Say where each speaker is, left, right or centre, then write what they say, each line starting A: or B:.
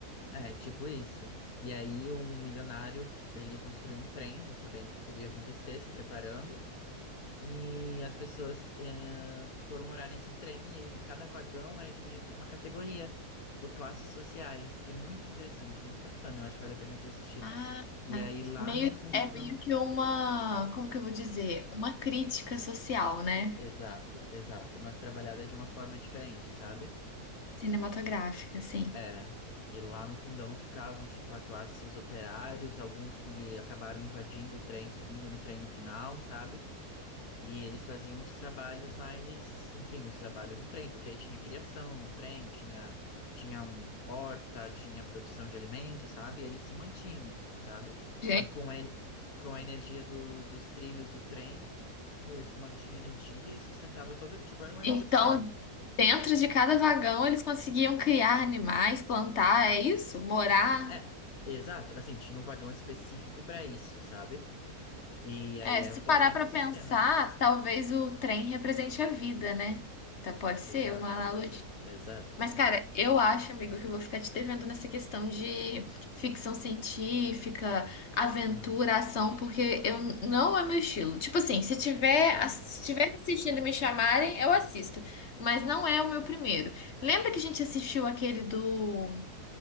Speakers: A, on the left (about 65°); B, on the left (about 50°).
A: é, tipo isso. E aí um milionário, ele construiu um trem, já sabendo que tudo ia acontecer, se preparando, e as pessoas eh, foram morar nesse trem e aí cada vagão era dividido por uma categoria, por classes sociais. É muito interessante, muito bacana, eu acho que vale a pena você assistir.
B: Ah,
A: E aí lá
B: meio,
A: no fundão
B: é meio que uma, como que eu vou dizer? Uma crítica social, né?
A: Exato, exato. Mas trabalhada de uma forma diferente, sabe?
B: Cinematográfica, assim.
A: É. E lá no fundão ficavam, tipo, a classe, os operários, alguns que acabaram invadindo o trem, subindo no trem no final, sabe? E eles faziam os trabalhos mais, enfim, os trabalhos no trem, porque aí tinha criação no trem, tinha, tinha um horta, tinha produção de alimentos, sabe? E ele se mantinha, sabe?
B: Gente,
A: E com a, en- com a energia do- dos trilhos do trem, eles mantinha energia e sustentava todo, tipo, era um ecossistema.
B: então, dentro de cada vagão eles conseguiam criar animais, plantar, é isso? Morar.
A: É, exato. Assim, tinha um vagão específico para isso, sabe? E aí
B: É,
A: era
B: se
A: todo
B: parar
A: um ecossistema.
B: pra pensar, talvez o trem represente a vida, né? Tá, pode ser
A: Exato,
B: uma analogia.
A: exato.
B: Mas, cara, eu acho, amigo, que eu vou ficar te devendo nessa questão de ficção científica, aventura,
A: Hum,
B: ação, porque eu não é meu estilo. Tipo assim, se tiver,
A: tá.
B: se tiver assistindo e me chamarem, eu assisto. Mas não é o meu primeiro. Lembra que a gente assistiu aquele do